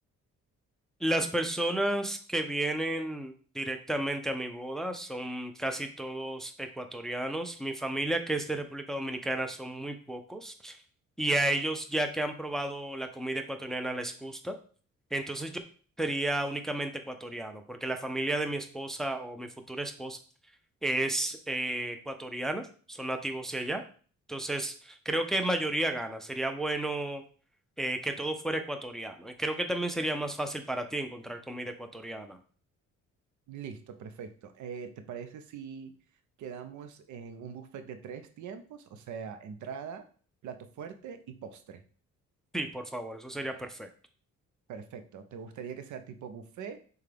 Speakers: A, in the centre; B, on the right.
A: Las personas que vienen directamente a mi boda son casi todos ecuatorianos. Mi familia, que es de República Dominicana, son muy pocos. Y a ellos, ya que han probado la comida ecuatoriana, les gusta. Entonces yo sería únicamente ecuatoriano, porque la familia de mi esposa o mi futura esposa es eh, ecuatoriana, son nativos de allá. Entonces creo que mayoría gana. Sería bueno eh, que todo fuera ecuatoriano. Y creo que también sería más fácil para ti encontrar comida ecuatoriana.
B: Listo, perfecto. Eh, ¿te parece si quedamos en un buffet de tres tiempos? O sea, entrada, plato fuerte y postre.
A: Sí, por favor, eso sería perfecto.
B: Perfecto. ¿Te gustaría que sea tipo buffet